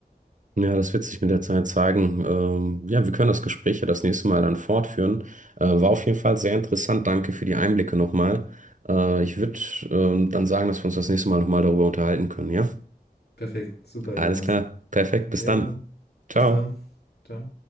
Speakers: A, on the right (about 50°); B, on the left (about 75°).
A: Ja, das wird sich mit der Zeit zeigen. Ähm, ja, wir können das Gespräch ja das nächste Mal dann fortführen. Äh, war auf jeden Fall sehr interessant. Danke für die Einblicke nochmal. Äh, ich würde ähm, dann sagen, dass wir uns das nächste Mal nochmal darüber unterhalten können. Ja,
B: Perfekt, super,
A: alles
B: jemals.
A: klar. Perfekt. Bis
B: Jo,
A: dann. Ciao.
B: bis dann. Ciao.